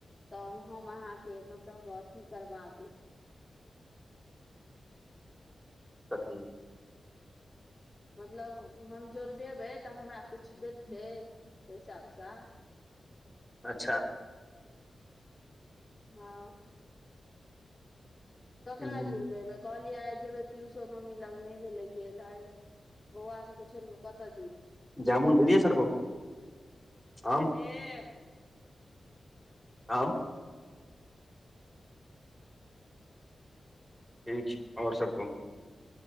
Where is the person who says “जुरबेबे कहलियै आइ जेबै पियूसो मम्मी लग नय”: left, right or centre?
Left